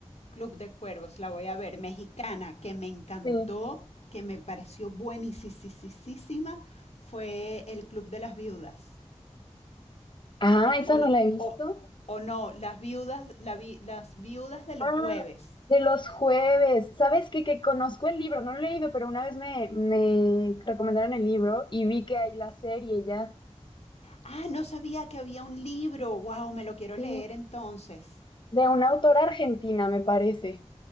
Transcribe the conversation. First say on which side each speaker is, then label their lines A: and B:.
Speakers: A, on the left (about 65°); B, on the left (about 40°).
A: Club de Cuervos, la voy a ver, mexicana, que me encantó,
B: Sí.
A: que me pareció buenísima, fue el Club de las Viudas.
B: Ah, esa
A: O,
B: no la he visto.
A: o, o no, las viudas, la vi- las viudas de los
B: Ah,
A: jueves.
B: de los jueves. ¿Sabes qué? Que conozco el libro, no lo he leído, pero una vez me, me recomendaron el libro y vi que hay la serie ya.
A: Ah, no sabía que había un libro. Wow, me lo quiero
B: Sí.
A: leer entonces.
B: De una autora argentina, me parece.